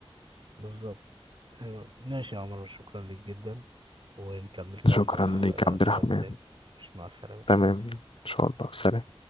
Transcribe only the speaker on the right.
بالظبط ماشي يا عمر شكرا لك جدا ونكمل كلامنا
في
في وقت تاني مش مع السلامة